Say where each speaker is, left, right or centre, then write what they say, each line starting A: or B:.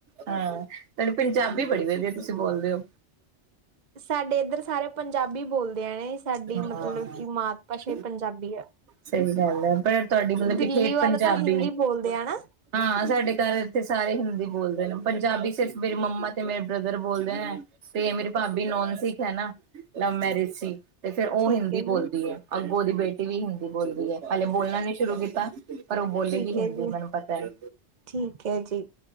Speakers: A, on the right; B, on the right.
A: ਹਾਂ ਤੁਹਾਨੂੰ ਪੰਜਾਬੀ ਬੜੀ ਵਧੀਆ ਤੁਸੀ ਬੋਲਦੇ ਹੋ।
B: ਸਾਡੇ ਇੱਧਰ ਸਾਰੇ
A: <inaudible>
B: ਪੰਜਾਬੀ ਬੋਲਦੇ ਆ ਨੇ ਸਾਡੀ
A: ਹਾਂ
B: ਮਤਲਬ ਕਿ ਮਾਤ ਭਾਸ਼ਾ
A: <inaudible>
B: ਹੀ ਪੰਜਾਬੀ ਆ।
A: ਸਹੀ ਗੱਲ ਐ ਪਰ ਤੁਹਾਡੀ ਮਤਲਬ
B: ਦਿੱਲੀ
A: ਕਿ ਠੇਠ
B: ਵਾਲਾ
A: ਪੰਜਾਬੀ
B: ਤਾਂ ਹਿੰਦੀ
A: ਏ,
B: ਬੋਲਦੇ ਆ ਨਾ
A: ਹਾਂ ਸਾਡੇ ਘਰ ਇੱਥੇ ਸਾਰੇ ਹਿੰਦੀ ਬੋਲਦੇ ਨੇ। ਪੰਜਾਬੀ ਸਿਰਫ਼ ਮੇਰੀ ਮੰਮਾ ਤੇ ਮੇਰੇ ਬ੍ਰਦਰ ਬੋਲਦੇ ਐਂ, ਤੇ ਮੇਰੀ ਭਾਬੀ ਨੋਨ ਸਿੱਖ ਹੈ ਨਾ। ਲਵ ਮੈਰਿਜ ਸੀ, ਤੇ ਫਿਰ ਉਹ
B: ਠੀਕ
A: ਹਿੰਦੀ
B: ਹੈ
A: ਬੋਲਦੀ
B: ਜੀ
A: ਏ। ਅੱਗੋਂ ਓਹਦੀ ਬੇਟੀ ਵੀ ਹਿੰਦੀ ਬੋਲਦੀ ਏ। ਹਲੇੇ ਬੋਲਨਾ ਨੀ ਸ਼ੁਰੂ ਕੀਤਾ, ਪਰ ਉਹ ਬੋਲੇਗੀ
B: ਠੀਕ
A: ਹਿੰਦੀ
B: ਹੈ ਜੀ
A: ਮੈਨੂੰ ਪਤਾ ਏ,
B: ਠੀਕ ਹੈ ਜੀ